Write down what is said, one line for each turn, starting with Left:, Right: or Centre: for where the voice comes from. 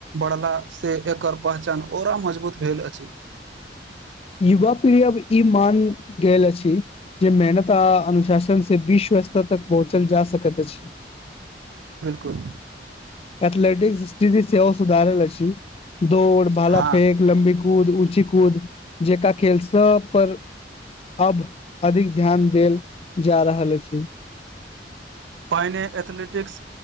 Right: बढ़लासँ एकर पहचान ओरा मजबूत भेल अछि
Left: युवा पीढ़ी अब ई मानि गेल अछि जे मेहनत अनुशासन से विश्व स्तर तक पहुँचल जा सकैत अछि
Right: कुद
Left: एथेलेटिक्स स्थिति सेहो सुधारैला छी दौड़ भाला
Right: हँ
Left: फेेक लम्बी कूद ऊँची कूद जेका खेल सब पर अब अधिक ध्यान देल जा रहल अछि
Right: पहिने एथलेटिक्स